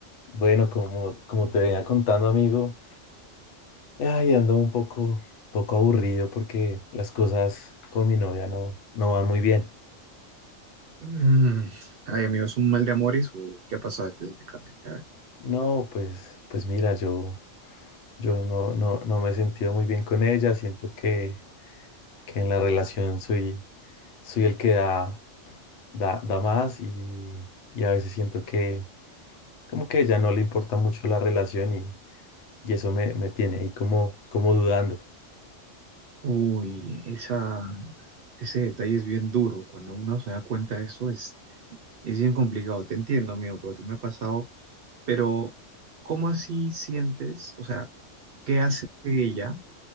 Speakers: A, on the left; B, on the right.
A: Bueno, como, como te venía contando, amigo, ay, ando un poco, poco aburrido porque las cosas con mi novia no, no van muy bien.
B: Mm, Ay, amigo, ¿es un mal de amores o qué ha pasado específicamente? A ver.
A: No, pues, pues mira, yo, yo no, no, no me he sentido muy bien con ella. Siento que, que en la relación soy, soy el que da, da, da más y, y a veces siento que como que a ella no le importa mucho la relación y, y eso me, me tiene ahí como, como dudando.
B: Uy, esa, ese detalle es bien duro. Cuando uno se da cuenta de eso es, es bien complicado. Te entiendo, amigo, porque me ha pasado. Pero, ¿cómo así sientes? O sea, ¿qué hace ella